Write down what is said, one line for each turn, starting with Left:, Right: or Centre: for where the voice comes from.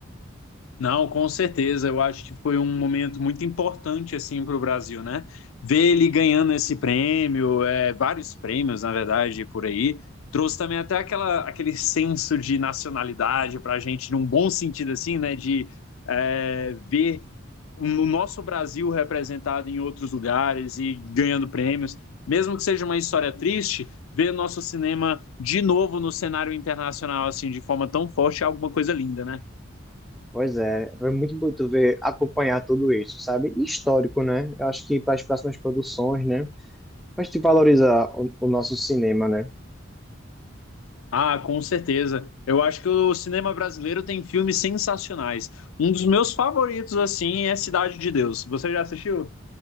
Left: Não, com certeza. Eu acho que foi um momento muito importante assim para o Brasil, né? Ver ele ganhando esse prêmio, é, vários prêmios, na verdade, por aí, trouxe também até aquela, aquele senso de nacionalidade para a gente, num bom sentido assim, né? De é, ver o nosso Brasil representado em outros lugares e ganhando prêmios, mesmo que seja uma história triste, ver nosso cinema de novo no cenário internacional assim, de forma tão forte é alguma coisa linda, né?
Centre: Pois é, foi muito bonito ver, acompanhar tudo isso, sabe? E Histórico, né? Eu acho que para as próximas produções, né? A gente valoriza o, o nosso cinema, né?
Left: Ah, com certeza. Eu acho que o cinema brasileiro tem filmes sensacionais. Um dos meus favoritos, assim, é Cidade de Deus. Você já assistiu?